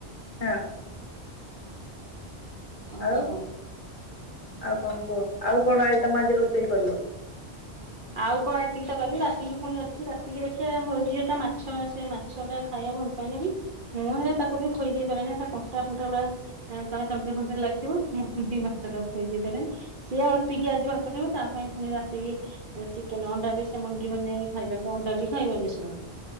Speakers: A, on the left; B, on the right.
A: ହଁ।
B: ଓହୋ।
A: ହଁ ଆଉ ଆଉ କଣ କୁହ, ଆଉ କଣ ଆଇଟମ ଆଜି ରୋଷେଇ କରିବ?
B: ଆଉ କଣ ଏତିକି ତ କରିବି, ରାତିକି ପୁଣି ଅଛି ରାତିକି ଦେଖିବା ମୋର ଝିଅଟା ମାଛ ସେ ମାଛ ଟା ଖାଇବା ଭଲ ପାଏନି, ମୁଁ ହେରା ତାକୁ ବି ଖୋଇ ଦେଇ ପାରେନି। ହେରା କଣ୍ଟା ପଣ୍ଟା ଗୁଡା କଲେ ତଣ୍ଟି ଫଣ୍ଟିରେ ଲେଖିବ <unintelligible> ସିଏ ଅଳ୍ପକି ଆଜି ଭାତ ଖାଇବ ତା ପାଇଁ ପୁଣି ରାତିକି ଚିକେନ, ଅଣ୍ଡା ବି ସେ ମଙ୍ଗିବନି ଖାଇବାକୁ। ଅଣ୍ଡା ବି ଖାଇବନି ସେ।